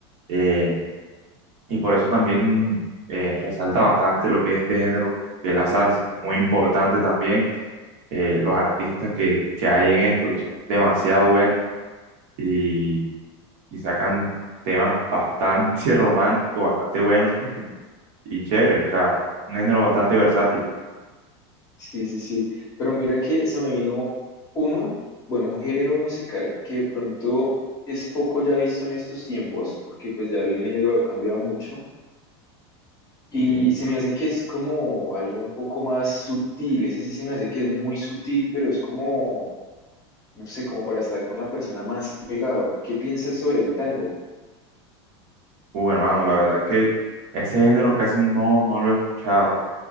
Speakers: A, on the right (about 45°); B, on the left (about 25°).
A: Eh, Y por eso también eh, resalta bastante lo que es este género, que es la salsa. Muy importante también eh, los artistas que, que hay en esto, que son demasiado buenos y, y sacan temas bastante <laughs> románticos, bastante buenos
B: <laughs>
A: y chéveres. O sea, un género bastante versátil,
B: Sí, sí, sí. Pero mira que se me vino uno, bueno, un género musical que de pronto es poco ya visto en estos tiempos, porque pues ya el género ha cambiado mucho. Y
A: ¿sí?
B: se me hace que es como algo un poco más sutil, ese sí se me hace que es muy sutil, pero es como, no sé, como para estar con la persona más pegado. ¿Qué piensas sobre el tango?
A: Uh, hermano, la verdad es que ese género casi no, no lo he escuchado.